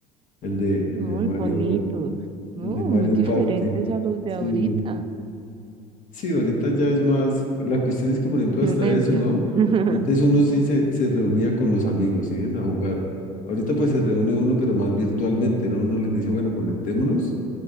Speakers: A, on the left; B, on the right.
A: el de, el
B: muy
A: de Mario,
B: bonitos, ¿no?
A: el de Mario
B: Muy diferentes
A: Party.
B: a los de ahorita.
A: Sí, sí, ahorita ya es más, la cuestión es que, por ejemplo,
B: Violencia.
A: hasta eso, ¿no?
B: <laughs>
A: Antes uno sí se, se reunía con los amigos, ¿sí ves? A jugar. Ahorita pues se reúne uno, pero más virtualmente, ¿no? Uno les dice, bueno, conectémonos